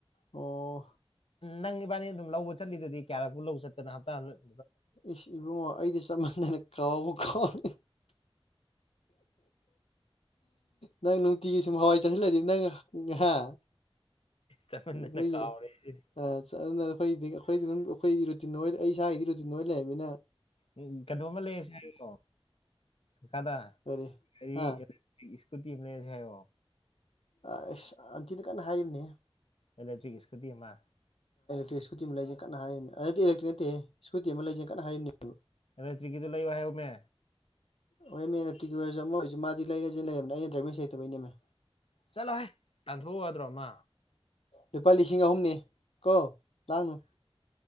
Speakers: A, on the left; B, on the left.
A: ꯑꯣ
B: ꯅꯪ ꯏꯕꯥꯥꯅꯤ ꯑꯗꯨꯝ ꯂꯧꯕ ꯆꯠꯂꯤꯗꯨꯗꯤ ꯀꯌꯥꯔꯛꯄꯨ ꯂꯧ ꯆꯠꯇꯅ ꯍꯞꯇꯥ ꯑꯝꯗ
A: ꯏꯁ ꯏꯕꯨꯡꯉꯣ ꯑꯩꯗꯤ ꯆꯃꯟꯗꯅ ꯀꯥꯎꯕꯨ ꯀꯥꯎꯏ ꯅꯪ ꯅꯨꯡꯇꯤꯒꯤ ꯁꯨꯝ ꯍꯋꯥꯏ ꯆꯁꯤꯜꯂꯗꯤ ꯅꯪ ꯍꯥ
B: ꯆꯠꯃꯟꯗꯅ
A: ꯈꯣꯏꯒꯤ
B: ꯀꯥꯎꯔꯦ ꯑꯩ ꯁꯤꯗꯤ
A: ꯑ ꯆ <unintelligible> ꯈꯣꯏꯗꯤ ꯑꯈꯣꯏꯗꯤ ꯑꯗꯨꯝ ꯑꯈꯣꯏꯗꯤ ꯔꯨꯇꯤꯟ ꯑꯩ ꯏꯁꯥꯒꯤꯗꯤ ꯔꯨꯇꯤꯟ ꯑꯣꯏꯅ ꯂꯩꯔꯅꯤꯅ
B: ꯎꯝ ꯀꯩꯅꯣꯝꯃ ꯂꯩꯔꯁꯦ ꯍꯥꯏꯀꯣ ꯀꯀꯥꯗ
A: ꯀꯔꯤ
B: ꯒꯔꯤ
A: ꯍꯥ
B: ꯁ꯭ꯀꯨꯇꯤ ꯑꯃ ꯂꯩꯔꯁꯦ ꯍꯥꯏꯌꯣ
A: ꯑꯥꯏꯁ ꯑꯗꯨꯗꯤ ꯀꯟꯅ ꯍꯥꯏꯔꯤꯕꯅꯦꯍꯦ
B: ꯑꯦꯂꯦꯛꯇ꯭ꯔꯤꯛ ꯁ꯭ꯀꯨꯇꯤ ꯑꯃ
A: ꯑꯩ ꯏꯁꯀꯨꯇꯤ ꯑꯃ ꯂꯩꯁꯦ ꯀꯟꯅ ꯍꯥꯏꯔꯤꯕꯅꯦ ꯏꯂꯦꯇ꯭ꯔꯤꯛ ꯅꯠꯇꯦꯍꯦ ꯏꯁꯀꯨꯇꯤ ꯑꯃ ꯂꯩꯖꯦ ꯀꯟꯅ ꯍꯥꯏꯔꯤꯝꯅꯦ
B: ꯏꯂꯦꯇ꯭ꯔꯤꯛꯒꯤꯗꯨ ꯂꯩꯌꯣ ꯍꯥꯏꯌꯣꯃꯤ
A: ꯍꯣꯏ ꯃꯦ ꯏꯂꯦꯇ꯭ꯔꯤꯛꯀꯤ ꯑꯣꯏꯔꯁꯨ ꯑꯃ ꯑꯣꯏꯔꯁꯨ ꯃꯥꯗꯤ ꯂꯩꯔꯁꯦ ꯂꯩꯔꯖꯅ ꯂꯩꯔꯕꯅꯦ ꯑꯩꯅ ꯗ꯭ꯔꯥꯏꯕꯤꯟ ꯂꯩꯇꯕꯩꯅꯦꯃꯤ
B: ꯆꯠꯂꯣ ꯍꯥꯏ ꯇꯥꯟꯊꯣꯛꯎ ꯌꯥꯗ꯭ꯔꯣ ꯑꯃ
A: ꯂꯨꯄꯥ ꯂꯤꯁꯤꯡ ꯑꯍꯨꯝꯅꯤ ꯀꯣ ꯂꯥꯡꯅꯨ